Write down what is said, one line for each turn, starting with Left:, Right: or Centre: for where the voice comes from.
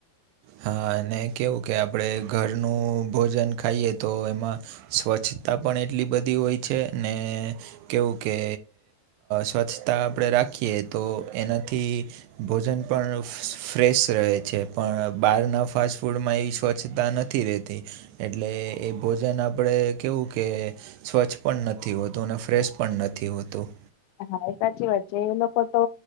Right: હા અને કેવું કે આપડે ઘરનું ભોજન ખાઈએ તો એમાં સ્વચ્છતા પણ એટલી બધી હોય છે ને કેવું કે સ્વચ્છતા આપડે રાખીએ તો એનાથી ભોજન પણ ફ્રેશ રહે છે પણ બહારના ફાસ્ટ ફૂડમાં એવી સ્વચ્છતા નથી રહેતી એટલે એ ભોજન આપડે કેવું કે સ્વચ્છ પણ નથી હોતું અને ફ્રેશ પણ નથી હોતું
Left: હા એ સાચી વાત છે એ લોકો તો